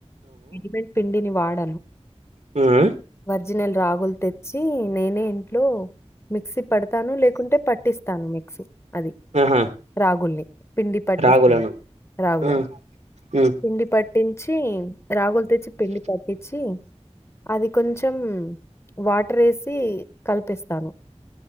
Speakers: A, on the left; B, on the right.
A: రెడీమేడ్ పిండిని వాడ
B: మ్మ్
A: ఒరిజినల్ రాగులు తెచ్చి నేనే ఇంట్లో మిక్స పడతాను లేకుంటే ప స్తాను మిక్సీ అది
B: ఆహా
A: రాగుల్ని. పిండి పట్టిస్తుంది
B: రాగులను
A: రోగులను
B: ఆ ఉమ్
A: పిండి పట్టించి రంగులు తెచ్చి పిండి పట్టించి అది కొంచెం వాటర్ వేసి కల్పిస్తాను